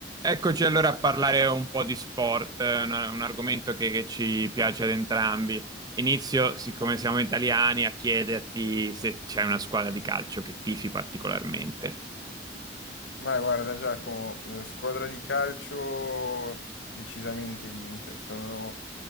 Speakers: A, on the right; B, on the left.
A: Eccoci allora a parlare un po' di sport, eh, un, un argomento che, che ci piace ad entrambi. Inizio, siccome siamo italiani, a chiederti se c'è una squadra di calcio che tifi particolarmente.
B: Ma guarda Giacomo, eh, squadra di calcio decisamente l'Inter, sono